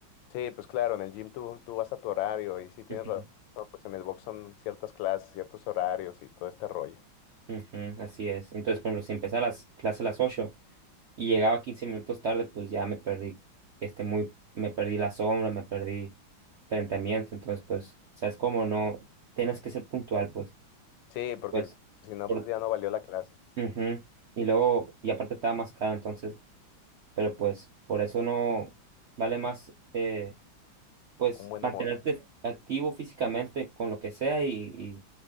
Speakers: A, on the left; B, on the right.
A: Sí, pues claro, en el gym tú, tú vas a tu horario y sí tienes
B: <laughs>
A: razón, pues en el box son ciertas clases, ciertos horarios y todo este rollo.
B: Ujú, ujú, así es. Entonces, por ejemplo, si empezaba las clases a las 8 y llegaba 15 minutos tarde, pues ya me perdí, este muy, me perdí la sombra, me perdí enfrentamiento, entonces pues, ¿sabes cómo? No, tienes que ser puntual, pues,
A: Sí,
B: y
A: porque
B: pues,
A: si no,
B: por,
A: pues ya no valió la clase.
B: ujú, Y luego, y aparte estaba más caro, entonces, pero pues, por eso no vale más, eh, pues,
A: Un buen
B: mantenerte
A: amor.
B: activo físicamente con lo que sea y, y,